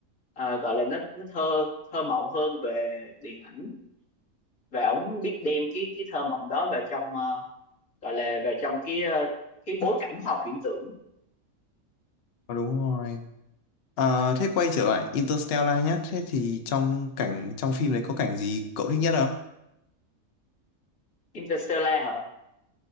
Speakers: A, on the left; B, on the left.
A: à, gọi là nó nó thơ thơ mộng hơn về điện ảnh và ổng biết đem cái cái thơ mộng đó vào trong ờ, gọi là về trong cái ờ, cái bối cảnh khoa học viễn tưởng
B: Ờ, đúng rồi. À, thế quay trở lại Interstellar nhé. Thế thì trong cảnh trong phim đấy có cảnh gì cậu thích nhất không?
A: Interstellar hả